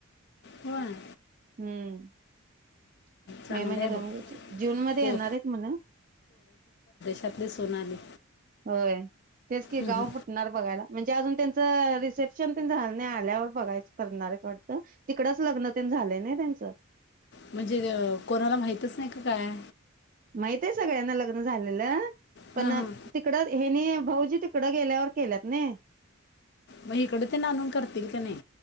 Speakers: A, on the left; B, on the right.
A: व्हय
B: हम्म
A: चांगलं
B: मे महिन्यात
A: आहे बघ
B: <unintelligible> जून मध्ये
A: को
B: येणार आहेत म्हण
A: आपली सोनाली
B: होय तेच की
A: हम्म.
B: गाव फुटणार बघायला म्हणजे अजून त्यां तर रिसेप्शन पण झालं नाही आल्यावर बघायचं करणार आहेत वाटतं, तिकडचं लग्न नं ते झालंय नाय त्यांच
A: म्हणजे कोणाला माहितच नाही का काय?
B: माहित आहे सगळ्यांना लग्न झालेलं. पण
A: हां हां
B: तिकडं ह्येनी भाऊजी तिकडं गेल्यावर केल्यात न
A: मग हिकडं तर आणून करतील का नाही.